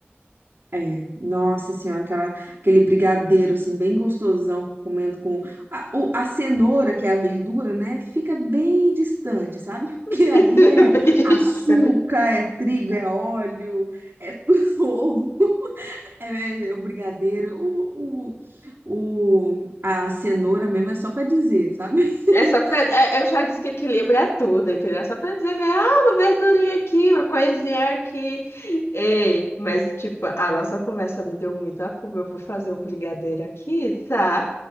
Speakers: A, on the right; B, on the left.
A: é, nossa senhora, aquela, aquele brigadeiro assim bem gostosão, comendo com a, o- a cenoura, que é a verdura, né? Fica bem distante, sabe? <laughs>
B: <laughs>
A: Porque ali é
B: Beliscando.
A: açúcar, é trigo, é óleo, é tudo <laughs> ovo. É, é é o brigadeiro, o, o, o- a cenoura mesmo é só pra dizer, sabe? <laughs>
B: É só pra. é- Eu já disse que equilíbrio é tudo, entendeu? É só pra dizer, né? ah, uma verdurinha aqui, uma coisinha aqui. Ei, mas, tipo, a nossa conversa me deu muita fome. Eu vou fazer um brigadeiro aqui, tá?